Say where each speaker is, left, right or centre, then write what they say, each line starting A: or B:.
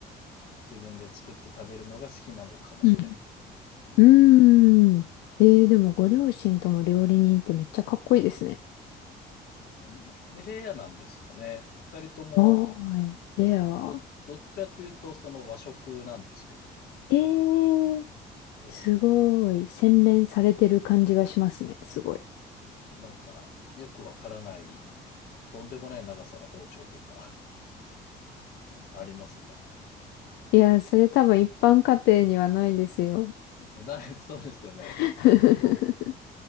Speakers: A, on the left; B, on the left.
A: 自分で作って食べるのが好きなのかもしれないですね。
B: うん。
A: うん。
B: うーん。えーでもご両親とも料理人ってめっちゃかっこいいですね。
A: うレアなんですかね。二人とも、
B: おーい、レア。
A: ど、どっちかというと、その和食なんですけど、
B: ええ
A: そうです。
B: すごい。洗練されてる感じがしますね。すごい。
A: なんか、よくわからない、とんでもない長さの包丁とか <laughs> ありますね。
B: いや、それ多分一般家庭にはないですよ。
A: えない、<laughs> そうですよね。
B: <laughs>
A: そうです。